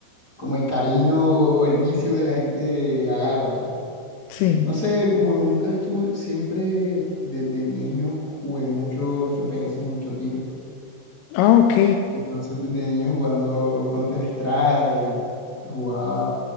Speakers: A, on the left (about 25°); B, on the left (about 85°).
A: como el cariño o el vicio que la gente agarra ya.
B: Sí.
A: No sé, como nunca estuve, siempre desde niño jugué mucho FPS, mucho tiro.
B: Ah, ok.
A: Entonces, desde niño jugando Counter-Strike, que jugaba,